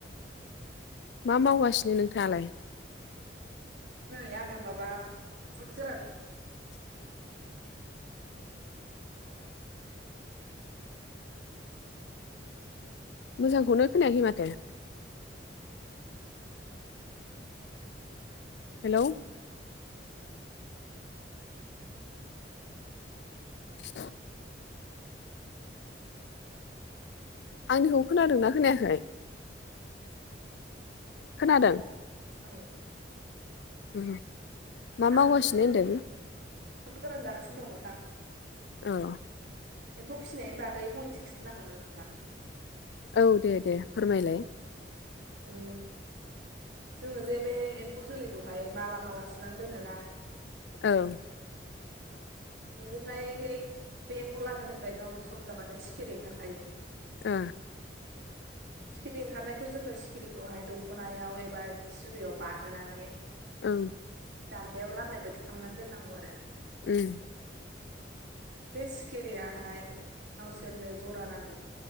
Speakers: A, on the left (about 70°); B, on the right (about 70°).
A: मा मावगासिनो नोंथाङालाय?
B: नै आङो माबा बुद गोरान
A: मोजांखौनो खोनायाखै माथो हेलौ <inaudible> आंनिखौ खोनादोंना खोनायाखै? खोनादों
B: औ
A: <unintelligible> मा मावगासिनो
B: आं नानो
A: होनदों
B: बुद गोरान जागासिनो दं नोंथां
A: औ
B: एम्फौ फिनायनि बागै फंनैसो <unintelligible> नोंथां
A: औ दे दे फोरमायलाय
B: उम जोङो जे बे एम्फौ जोलैखौहाय माला माला सुनानै दोनोना
A: औ
B: बिनिफ्राय बे एम्फौ लाथानिफ्राय गावो सम जाबानो सिखिरि ओंखार खायो।
A: ओ
B: सिखिरि ओंखारनायखौ जोङो सिखिरिखौहाय दख नायाव एबा बिदिनो सुरियाव बाहोनानै
A: औ
B: दान्दायाव लामनाय बायदि खालामनानै दोननांगौ आरो
A: उम
B: बे सिखिरियाहाय गावसोरनो जरा नाङो।